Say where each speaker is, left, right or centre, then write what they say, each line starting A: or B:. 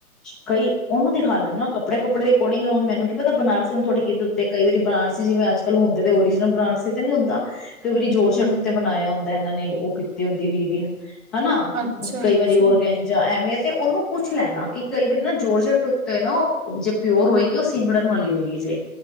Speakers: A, in the centre; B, on the right.
A: ਕਈ ਉਹਨੂੰ ਦਿਖਾ ਲੈਂਨ ਨਾ ਕਪੜੇ-ਕਪੜੇ ਦੇ ਅਕੋਰਡਿੰਗ ਏ, ਹੁਣ ਮੈਨੂੰ ਕੀ ਪਤਾ ਬਨਾਰਸੀ ਹੁਨ ਤੁਹਾਡੇ ਕਿੱਧਰ ਤੇ ਕਈ ਵਾਰੀ ਬਨਾਰਸੀ ਜਿਵੇਂ ਅੱਜ-ਕੱਲ ਹੁੰਦੇ ਨੇ, ਓਰੀਜਨਲ ਬਨਾਰਸੀ ਤੇ ਨਹੀਂ ਹੁੰਦਾ। ਕਈ ਵਾਰੀ ਜੋਰਸ਼ਟ
B: ਹੂੰ
A: ਉੱਤੇ ਬਨਾਇਆ ਹੁੰਦਾ ਇਹਨਾਂ ਨੇ, ਉਹ ਕੀਤੀ ਹੁੰਦੀ ਵੀਵਿੰਗ। ਹਨਾ,
B: ਅੱਛਾ
A: ਕਈ
B: ਅੱਛਾ
A: ਵਾਰੀ ਓਰਗੇਂਜਾ ਐਵੇਂ ਤੇ, ਉਹਨੂੰ ਪੁੱਛ ਲੈਨਾ, ਕਿ ਕਈ ਵਾਰੀ ਨਾ ਜ਼ੋਰਜਟ ਉੱਤੇ ਨਾ ਉਹ, ਜੇ ਪਿਓਰ ਹੋਏਗੀ, ਉਹ ਸਿੰਗੜਨ ਵਾਲੀ ਹੋਏਗੀ ਜੇ।